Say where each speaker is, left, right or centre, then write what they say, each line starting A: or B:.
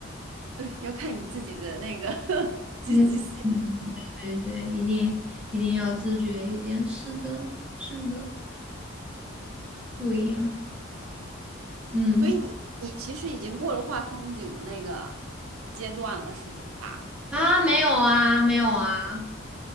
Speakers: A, on the right (about 90°); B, in the centre.
A: 对，要看你自己的那个 <laughs> 积极性。
B: 对对对，一定一定要自觉一点，是的，是的，就一样，嗯。
A: 所以你你其实已经过了画风景的那个阶段了，是吧？
B: 啊，没有啊，没有啊，